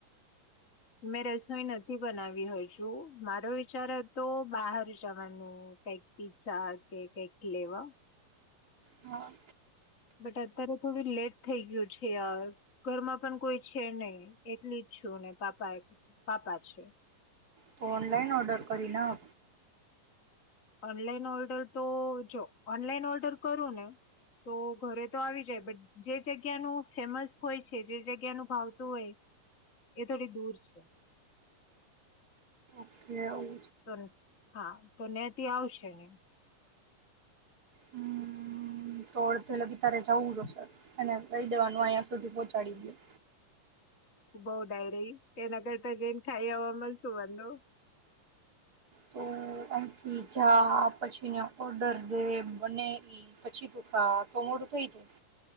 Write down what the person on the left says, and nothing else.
મેં રસોઈ નથી બનાવી હજુ મારો વિચાર હતો બાહાર જવાનું કઈક પી્ઝા કે કઈક લેવા.
અત્યારે થોડી લેટ થઈ ગયું છે. અ ઘરમાં પણ કોઈ છે ને એલી જ છું ને પાપા પાપા છે.
ઓનલાઈન ઓર્ડર તો જો ઓનલાઈન ઓર્ડર કરું ને તો ઘરે તો આવી જાય બટ જે જગ્યાનું ફેમસ હોય છે. જે જગ્યાનું ભાવતું હોય એ થોડી દૂર છે.
પર હા. તો નનેતી આવશે ને!
બોહ ડાય રે એના કરતા જને ખાઈ આવવાવામાં શું વાંધો?